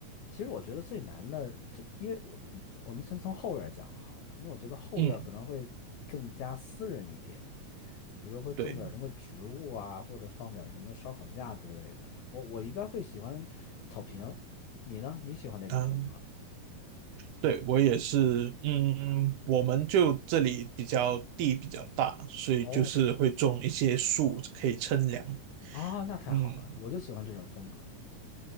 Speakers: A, on the left; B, on the right.
A: 其实我觉得最难的，最因为我我们先从后院儿讲好了，因为我觉得后院儿可能会更加私人一点，
B: 嗯，
A: 比如说会种点儿什么植物啊，
B: 对，
A: 或者放点儿什么烧烤架之类的。我我一般会喜欢草坪，你呢？你喜欢哪种风格？
B: 当对我也是，嗯，我们就这里比较地比较大，所以就是会种一些树可以乘凉。
A: 哦，啊，那太好了，
B: 嗯
A: 我就喜欢这种风格，